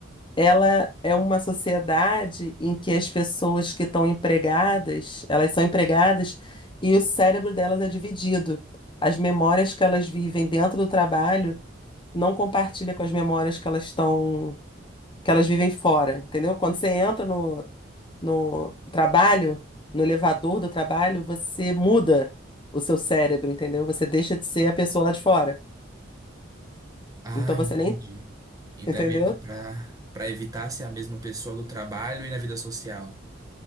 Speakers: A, on the left (about 25°); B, on the right (about 20°).
A: Ela é uma sociedade em que as pessoas que estão empregadas, elas são empregadas e o cérebro delas é dividido. As memórias que elas vivem dentro do trabalho não compartilha com as memórias que elas estão, que elas vivem fora, entendeu? Quando você entra no no trabalho, no elevador do trabalho, você muda o seu cérebro, entendeu? Você deixa de ser a pessoa lá de fora.
B: Ah,
A: Então você
B: entendi.
A: nem,
B: Então
A: entendeu?
B: é meio que pra, pra evitar ser a mesma pessoa do trabalho e na vida social.